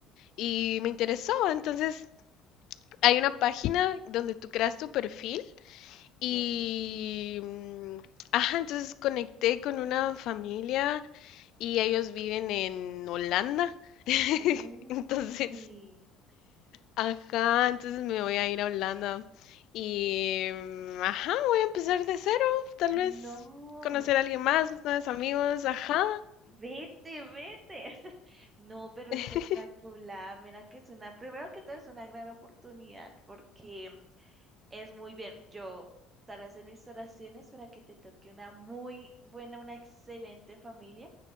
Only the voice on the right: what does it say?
Sí.
Uy,
no,
vete, vete. <laughs> No, pero
espectacular. Mira que es una, primero que todo es una gran oportunidad porque es muy bien. Yo estaré hacer mis oraciones para que te toque una muy buena, una excelente familia